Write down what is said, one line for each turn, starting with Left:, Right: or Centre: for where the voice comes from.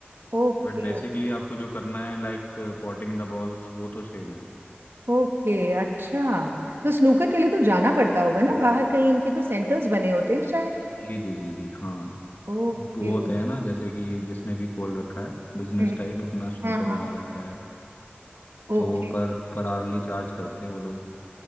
Right: okay
Left: बट बेसिकली आपको जो करना है लाइक पॉटिंग द बॉल्स वो तो सेम है
Right: ओके अच्छा तो स्नूकर के लिए तो जाना पड़ता होगा ना
Left: हाँ
Right: बाहर
Left: हाँ
Right: कहीं इनके तो सेंटर्स बने होते हैं शायद
Left: जी जी जी जी हाँ
Right: ओके
Left: वो होते
Right: हम्म,
Left: हैं ना जैसे कि जिसने भी खोल रखा है बिजनेस
Right: हम्म।
Left: टाइप अपना स्नूकर
Right: हाँ हाँ
Left: बना
Right: हाँ।
Left: रखा है तो
Right: ओके
Left: वो पर पर आवरली चार्ज करते हैं वो लोग